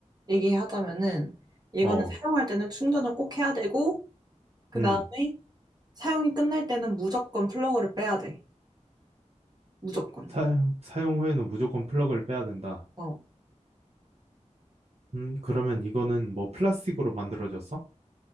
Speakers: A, on the right (about 30°); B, on the right (about 55°).
A: 얘기하자면은, 이거는
B: 어,
A: 사용할 때는 충전을 꼭 해야 되고, 그
B: 음,
A: 다음에 사용이 끝날 때는 무조건 플러그를 빼야 돼. 무조건.
B: 사용, 사용 후에는 무조건 플러그를 빼야 된다.
A: 어,
B: 음, 그러면 이거는 뭐 플라스틱으로 만들어졌어?